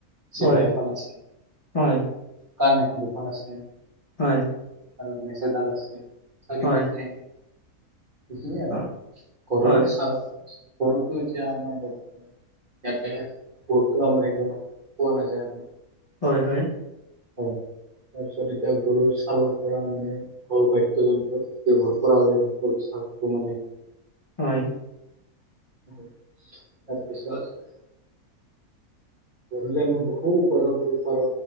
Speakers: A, on the right; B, on the left.
A: চিপাই
B: হয়
A: এখন আছে
B: হয়
A: কণ এখন দুখন আছে।
B: হয়।
A: আৰু নেজ এডাল আছে চাৰিখন
B: হয়
A: ঠেং সখিনিয়ে আৰু
B: হয়
A: গৰুৰ
B: হয়
A: ছাল গৰুটোএতিয়া আমাৰ বৰ্তমান ইয়াতে গৰুতো আমাৰ ইু মানহ পোৱা না যায় আৰু ন।
B: হয় হয়।
A: হয় তাৰপিছত এতিয়া গৰুৰ ছালৰ পৰা মানে ফল বাদ্য যন্ত্ৰ ব্যৱহাৰ কৰা হয়টো মানে
B: হয়।
A: তাৰপিছত বম বহু উ উপাৰা কৰি পাৰা।